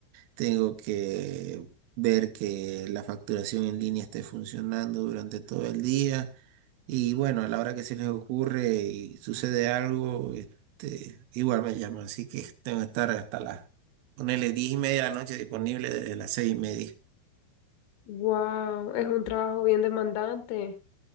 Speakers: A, on the right; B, on the left.
A: Tengo que ver que la facturación en línea esté funcionando durante todo el día. Y bueno, a la hora que se les ocurre y sucede algo, este, igual me llaman. Así que tengo que estar hasta las, ponerle 10 y media de la noche disponible desde las 6 y media.
B: Wow, es un trabajo bien demandante.